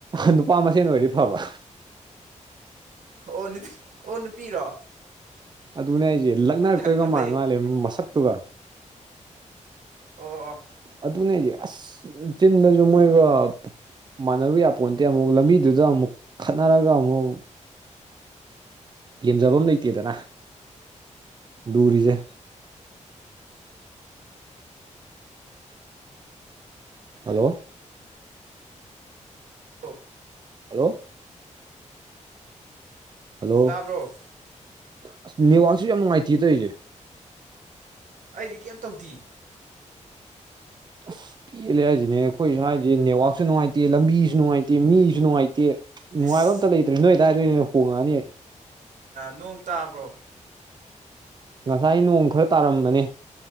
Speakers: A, on the right; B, on the right.
A: ꯑꯄꯥ ꯃꯁꯤꯡꯅ ꯑꯣꯏꯗꯤ ꯐꯕ
B: ꯑꯣ ꯅꯨꯄꯤ ꯑꯣ ꯅꯨꯄꯤꯔꯣ
A: ꯑꯗꯨꯅꯦ ꯑꯩꯁꯦ ꯂꯛꯅꯔꯛꯇꯣꯏꯒ
B: ꯈꯟꯕꯅ ꯐꯩꯌꯦ
A: ꯃꯥꯜꯂ ꯃꯥꯜꯂꯦ ꯃꯁꯛꯇꯨꯒ
B: ꯑꯣ ꯑꯣ
A: ꯑꯗꯨꯅꯦ ꯑꯁ ꯆꯤꯟꯗꯁꯨ ꯃꯣꯏꯒ ꯃꯥꯟꯅꯔꯨ ꯌꯥꯄꯣꯟ ꯅꯠꯇꯦ ꯑꯃꯨꯛ ꯂꯝꯕꯤꯗꯨꯗ ꯑꯃꯨꯛ ꯈꯠꯅꯔꯒ ꯑꯃꯨꯛ ꯂꯦꯝꯖꯐꯝ ꯂꯩꯇꯦꯗꯅ ꯂꯨꯔꯤꯁꯦ <inaudible> ꯍꯜꯂꯣ
B: ꯑꯣ
A: ꯍꯜꯂꯣ ꯍꯜꯂꯣ
B: ꯇꯥꯕ꯭ꯔꯣ
A: ꯑꯁ ꯅꯅꯤꯍꯋꯥꯜꯁꯨ ꯌꯥꯝ ꯅꯨꯡꯉꯥꯏꯇꯌꯦ ꯇꯧꯔꯤꯁꯦ
B: ꯑꯩꯗꯤ ꯀꯦꯞ ꯇꯧꯗꯦ
A: ꯑꯁ ꯄꯦꯜꯂꯦ ꯍꯥꯏꯁꯤꯅꯦ ꯑꯩꯈꯣꯏꯁꯨ ꯍꯥꯏꯔꯤꯁꯦ ꯅꯦꯠꯋꯥꯛꯁꯨ ꯅꯨꯡꯉꯥꯏꯇꯦ ꯂꯝꯕꯤꯁꯨ ꯅꯨꯡꯉꯥꯏꯇꯦ ꯃꯤꯁꯨ ꯅꯨꯡꯉꯥꯏꯇꯦ ꯅꯨꯡꯉꯥꯏꯕ
B: ꯑꯁ
A: ꯑꯝꯇ ꯂꯩꯇ꯭ꯔꯦ ꯅꯣꯏꯗꯥꯏꯗꯣꯏꯅꯦ ꯍꯣꯡꯉꯛꯑꯅꯤ
B: ꯅꯣꯡ ꯇꯥꯕ꯭ꯔꯣ
A: ꯉꯁꯥꯏ ꯅꯣꯡ ꯈꯔ ꯇꯥꯔꯝꯕꯅꯦ